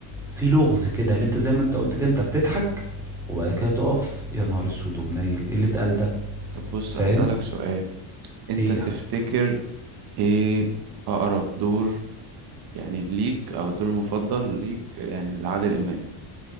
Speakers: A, in the centre; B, on the right.
A: في لغز كده اللي انت زي ما انت قلت كده انت بتضحك وبعد كده تقف يا نهار اسود ومنيل ايه اللي اتقال ده
B: طب بص
A: فاهم
B: أسألك سؤال أنت
A: ايه
B: تفتكر
A: يا حاج
B: إيه أقرب دور يعني ليك أو الدور المفضل ليك يعني لعادل إمام